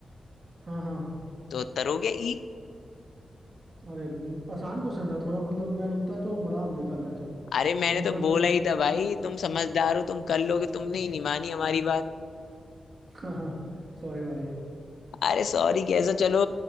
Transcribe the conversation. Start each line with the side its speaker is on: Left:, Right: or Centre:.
Right: हाँ हाँ
Left: तो उत्तर हो गया ई
Right: अरे हम्म, आसान क्वेश्चन था थोड़ा मतलब मैं रुकता तो बना भी देता मैं तो
Left: अरे मैंने
Right: मैं
Left: तो
Right: तो
Left: बोला
Right: जल्दी
Left: ही था भाई
Right: <laughs>
Left: तुम समझदार हो तुम कर लोगे तुमने ही नहीं मानी हमारी बात
Right: हाँ हाँ सॉरी भाई
Left: अरे सॉरी कैसा चलो